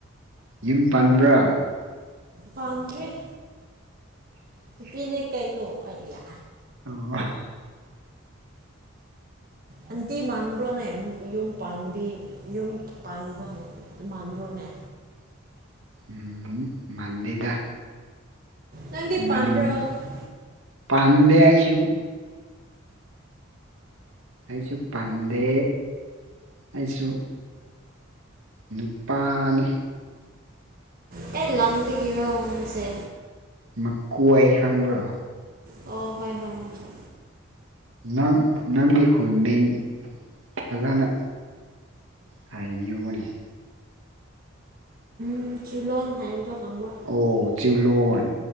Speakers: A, on the right; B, on the right.
A: ꯌꯨꯝ ꯄꯥꯟꯕ꯭ꯔꯥ
B: ꯄꯥꯟꯗ꯭ꯔꯤ ꯅꯨꯄꯤꯅꯤ ꯀꯩꯅꯣ ꯑꯩꯌꯥ
A: ꯎꯝ <unintelligible>
B: ꯑꯟꯇꯤ ꯃꯥꯟꯕ꯭ꯔꯣꯅꯦ ꯌꯨꯝ ꯄꯥꯟꯕꯤ ꯌꯨꯝ ꯄꯥꯟꯕ ꯃꯥꯟꯕ꯭ꯔꯣꯅꯦ
A: ꯎꯝ ꯃꯥꯟꯗ‌ꯦꯗ
B: ꯅꯪꯗꯤ
A: ꯃꯅꯤ
B: ꯄꯥꯟꯕ꯭ꯔꯣ ꯑꯣ
A: ꯄꯥꯟꯗꯦ ꯑꯩꯁꯨ ꯑꯩꯁꯨ ꯄꯟꯗꯦ ꯑꯩꯁꯨ ꯅꯨꯄꯥꯅꯤ
B: ꯀꯩ ꯂꯝꯗꯒꯤꯔꯣ ꯅꯪꯁꯦ
A: ꯃꯀꯨ ꯑꯩ ꯈꯪꯕ꯭ꯔꯣ
B: ꯑꯣ ꯍꯣꯏ ꯍꯣꯏ ꯍꯣꯏ
A: ꯅꯪ ꯅꯪꯒꯤ ꯈꯨꯅꯤꯡ ꯐꯖꯅ ꯍꯥꯏꯕꯤꯌ‌ꯣꯅ‌ꯦ
B: ꯎꯝ ꯆꯤꯂꯣꯟ ꯍꯥꯏꯕꯗꯣ ꯈꯪꯕ꯭ꯔꯣ
A: ꯑꯣ ꯆꯤꯂꯣꯟ